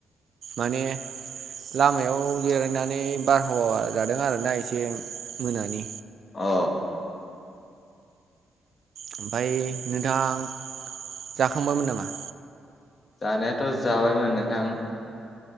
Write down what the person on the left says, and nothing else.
अ
जानायाथ' जाबायमोन नोंथां